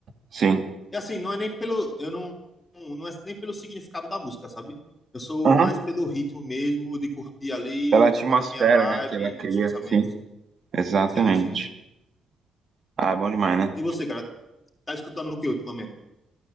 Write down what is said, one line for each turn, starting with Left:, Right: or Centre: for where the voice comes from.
Right: sim.
Left: E assim, não é nem pelo. Eu não. Não é nem pelo significado da música, sabe? Eu sou
Right: Uhum.
Left: mais pelo ritmo mesmo, de curtir ali,
Right: Pela atmosfera,
Left: ficar na minha vibe,
Right: né, que ela
Left: nos
Right: cria,
Left: meus pensamentos.
Right: sim. Exatamente.
Left: Sim, sim.
Right: Ah, é bom demais, né?
Left: E você, cara, tá escutando o que ultimamente?